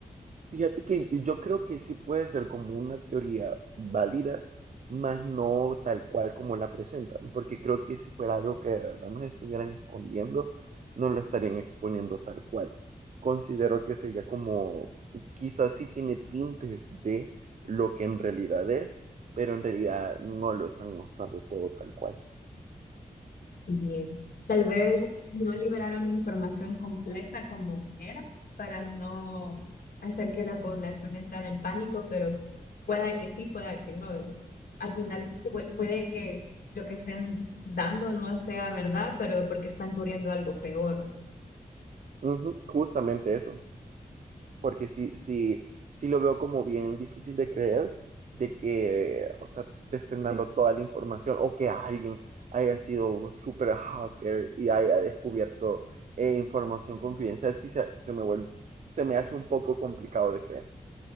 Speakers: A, on the right (about 55°); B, on the left (about 80°).
A: Fíjate que yo creo que sí puede ser como una teoría válida, más no tal cual como la presentan, porque creo que si fuera algo que de verdad nos estuvieran escondiendo, no lo estarían exponiendo tal cual. Considero que sería como, quizás sí tiene tintes de lo que en realidad es, pero en realidad no lo están mostrando todo tal cual.
B: Y tal vez no liberaron la información completa como era para no hacer que la población entrara en pánico, pero pueda que sí, pueda que no, ¿verdad? Al final pue- puede que lo que estén dando no sea verdad, pero porque están cubriendo algo peor.
A: Ujú, justamente eso. porque sí, sí, sí lo veo como bien difícil de creer de que, o sea, te estén dando toda la información o que alguien haya sido un super hacker y haya descubierto eh, información confidencial, sí se, se me vuelve, se me hace un poco complicado de creer.